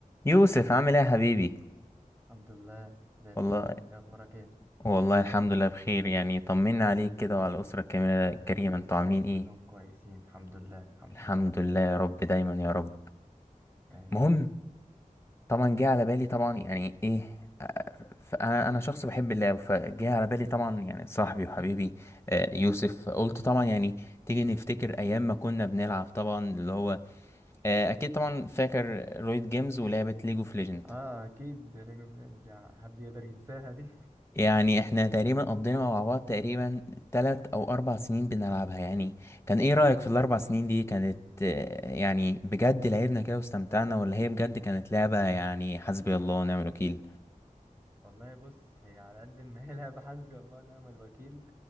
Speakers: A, on the left; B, on the right.
A: يوسف عامل ايه يا حبيبي
B: الحمد لله زي الفل
A: والله
B: انت ايه اخبارك ايه
A: والله الحمد لله بخير يعني طمنا عليك كده وعلى الأسرة الكاملة الكريمة
B: الحمد
A: انتوا
B: لله
A: عاملين ايه
B: كلهم كويسين الحمد لله الحمد
A: الحمد
B: لله
A: لله يا رب دايما يا رب
B: امين
A: مهم طبعا جه على بالي طبعا يعني ايه فانا انا شخص بحب اللعب فجه على بالي طبعا يعني صاحبي وحبيبي آه، يوسف قلت طبعا يعني تيجي نفتكر
B: <laughs>
A: ايام ما كنا بنلعب طبعا اللي هو آه، اكيد طبعا فاكر رويد جيمز ولعبة ليجو اوف ليجند
B: اه اكيد ليجو فريندز يا حد يقدر ينساها دي
A: يعني احنا تقريبا قضينا مع بعض تقريبا تلات او اربع سنين بنلعبها يعني كان ايه رأيك في الاربع سنين دي كانت آه، يعني بجد لعبنا كده واستمتعنا ولا هي بجد كانت لعبة يعني حسبي الله ونعم الوكيل
B: <laughs> والله بص هي على قد ما هي لعبة حسبي الله ونعم الوكيل